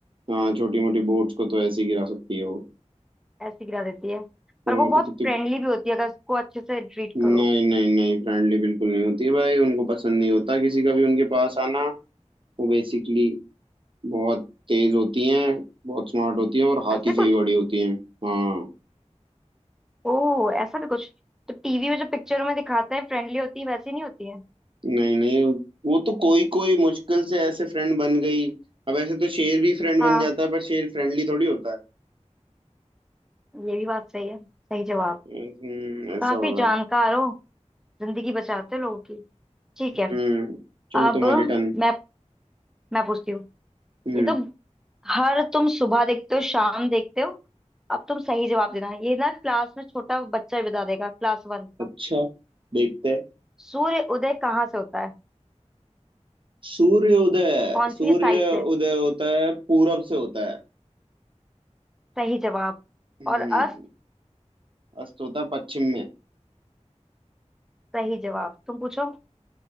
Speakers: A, on the right (about 45°); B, in the centre.
A: हाँ छोटी मोटी बोट्स को तो ऐसे ही गिरा सकती है वो
B: ऐसे गिरा देती है
A: तो
B: पर वो बहुत
A: तो कितनी
B: फ्रेंडली भी होती है अगर उसको अच्छे से ट्रीट
A: नहीं
B: करो
A: नहीं नहीं फ्रेंडली बिल्कुल नहीं होती है भाई उनको पसंद नहीं होता किसी का भी उनके पास आना वो बेसिकली बहुत तेज होती हैं बहुत स्मार्ट होती हैं और हाथी
B: ऐसे
A: से
B: कुछ
A: भी बड़ी होती हैं हाँ
B: ओ ऐसा भी कुछ तो टीवी में जो पिक्चरों में दिखाते हैं फ्रेंडली होती है वैसी नहीं होती है
A: नहीं नहीं वो तो कोई कोई मुश्किल से ऐसे फ्रेंड बन गई अब ऐसे तो शेर भी फ्रेंड बन
B: हाँ
A: जाता है पर शेर फ्रेंडली थोड़ी होता है
B: ये भी बात सही है सही जवाब
A: हम्म, ऐसा
B: काफी
A: वाला
B: जानकार हो जिंदगी बचाते हो लोगों की ठीक है
A: हम्म चलो
B: अब
A: तुम्हारी टर्न
B: मैं मैं पूछती हूँ
A: हम्म
B: ये तो हर तुम सुबह देखते हो शाम देखते हो अब तुम सही जवाब देना ये ना क्लास में छोटा बच्चा ही बता देगा क्लास वन का
A: अच्छा देखते हैं
B: सूर्य उदय कहाँ से होता है
A: सूर्य उदय
B: कौन
A: सूर्य
B: सी साइड से
A: उदय होता है पूरब से होता है
B: सही जवाब
A: हम्म
B: और अस्त
A: अस्त होता है पश्चिम में
B: सही जवाब तुम पूछो